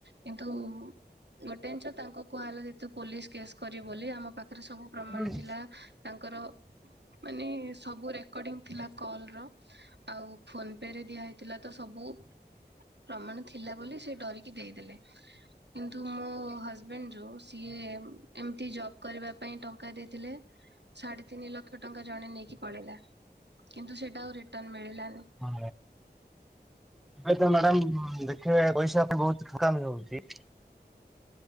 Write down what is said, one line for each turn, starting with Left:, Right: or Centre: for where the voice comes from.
Right: କିନ୍ତୁ ଗୋଟେ ଜିନିଷ ତାଙ୍କୁ କୁହାଲା ଯେ ତୁ ପୋଲିସ କେସ କରିବୁ ବୋଲି, ଆମ ପା ତାର ସବୁ ପ୍ରମାଣ
Centre: ଆଜ୍ଞା।
Right: ଥିଲା, ତାଙ୍କର ମାନେ ସବୁ ରେକର୍ଡିଙ୍ଗ ଥିଲା କଲ୍ ର। ଆଉ ଫୋନ ପେ ରେ ଦିଆ ହେଇଥିଲା ତ ସବୁ ପ୍ରମାଣ ଥିଲା ବୋଲି ସେ ଡରିକି ଦେଇଦେଲେ, କିନ୍ତୁ ମୋ ହଜ ମେନ୍ ଯୋଉ ସିଏ, ଏମତି ଜବ କରିବା ପାଇଁ ଟଙ୍କା ଦେଇଥିଲେ, ସା ତିନ ଲକ୍ଷ ଟଙ୍କା ଜଣେ ନେଇକି ପଳେଇଲା କିନ୍ତୁ ସେଇଟା ଆଉ ରିଟର୍ଣ ମିଳିଲାନି।
Centre: ହଁ, ଏବେ ତ ମ୍ୟାଡ଼ାମ ଦେଖିବେ, ପଇସା ପାଇଁ ବହୁତ ଠକାମି ରହୁଚି।